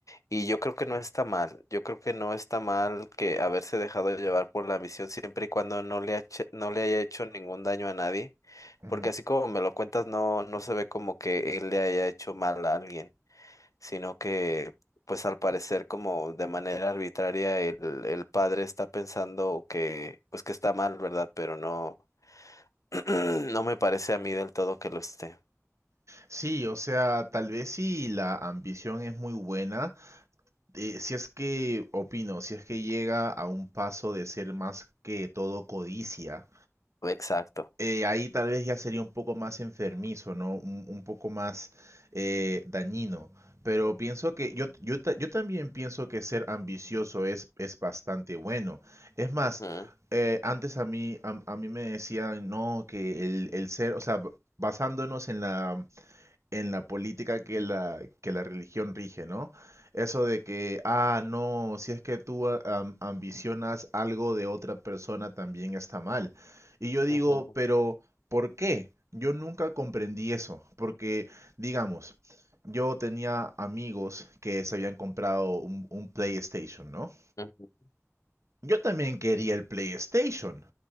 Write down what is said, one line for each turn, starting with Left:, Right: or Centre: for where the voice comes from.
Left: y yo creo que no está mal, yo creo que no está mal que haberse dejado llevar por la visión siempre y cuando no le, hache- no le haya hecho ningún daño a nadie,
Right: Ujú.
Left: porque así como me lo cuentas, no, no se ve como que él le haya hecho mal a alguien sino que pues al parecer como de manera arbitraria el, el padre está pensando que pues que está mal, ¿verdad? Pero no, <clears throat> no me parece a mí del todo que lo esté.
Right: Sí, o sea, tal vez si la ambición es muy buena, eh, si es que, opino, si es que llega a un paso de ser más que todo codicia,
Left: Exacto.
Right: eh, ahí tal vez ya sería un poco más enfermizo, ¿no? Un, un poco más eh, dañino. Pero pienso que yo, yo, ta- yo también pienso que ser ambicioso es, es bastante bueno. Es más,
Left: Ujú,
Right: eh, antes a mí, a, a mí me decían, no, que el, el ser, o sea, b- basándonos en la, en la política que la, que la religión rige, ¿no? Eso de que, ah, no, si es que tú ah, am- ambicionas algo de otra persona también está mal. Y yo digo,
Left: ujú,
Right: pero ¿por qué? Yo nunca comprendí eso, porque, digamos, yo tenía amigos que se habían comprado un, un PlayStation, ¿no?
Left: ujú.
Right: Yo también quería el PlayStation.